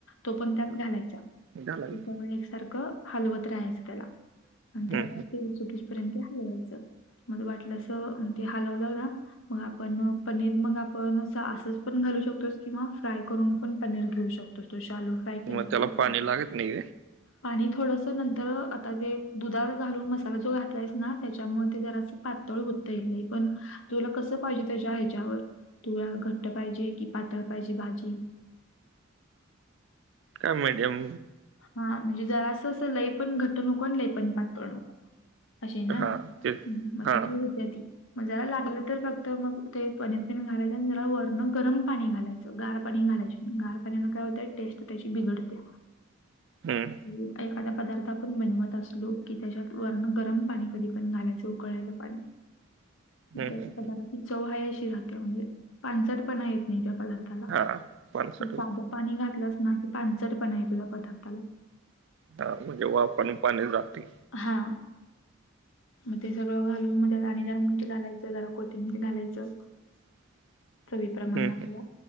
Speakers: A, on the left; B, on the right.
A: तो पण, त्यात घालायचा
B: घालायचं
A: त्याच्यामुळे एकसारखं. हलवत राहायचं त्याला आणि त्याला
B: हम्म
A: जरा तेल सुटुसपर्यंत हलवायचं. मध्ये वाटलं असं, मग ते हलवलं ना. मग आपण पनीर मग आपण असंच पण घालू शकतो किंवा फ्राय करून पण पनीर घेऊ शक तो. तू. शालो फ्राय
B: हम्म
A: केला
B: मग
A: तरी
B: त्याला
A: चालतंय.
B: पाणी लागत नाही
A: पाणी थो थोडस नंतर आता जे दुधात घालून मसाला जो घातलायस ना त्याच्यामुळे ते जरासं पातळ होतय लय पण, तुला कसं पाहिजे? त्याच्या ह्याच्यावर. तुला घट्ट पाहिजे, की पातळ पाहिजे, भाजी.
B: काय मॅडम
A: हा म्हणजे जरा असं अस लय पण घट नको आणि लय पण पातळ नको. अशी ना
B: हा तेच
A: मग
B: हा
A: ती <unintelligible> होत्या ती. मग जरा लागलं तर फक्त मग ते पनीर तेन घालायचं आणि जरा वरनं गरम पाणी घालायचं. गार पाणी घालायचं गार पाण्यान काय होतंय? टेस्ट त्याची बिघडतेय.
B: हम्म.
A: <unintelligible> एखादा पदार्थ आपण बनवत असलो, की त्याच्यात वरण गरम पाणी कधी पण घालायचं उकळलेलं पाणी.
B: <inaudible>
A: मग त्या
B: हं.
A: पदार्थाची चव आहे अशी राहते म्हणजे पानचटपणा येत नाही त्या पदार्थात. हॅलो
B: हां. पाणसाठा
A: साधं पाणी घातलंस ना, की पाणचटपण येतो त्या पदार्थाला.
B: हा म्हणजे वाफ आणि पाणी जाते.
A: हा. मग ते सगळं घालून मग त्यात आणि जरा मीठ घालायचं, जरा कोथिंबीर घालायचं.
B: <inaudible>
A: चवी प्रमाण
B: हं,
A: आपल्या
B: हं.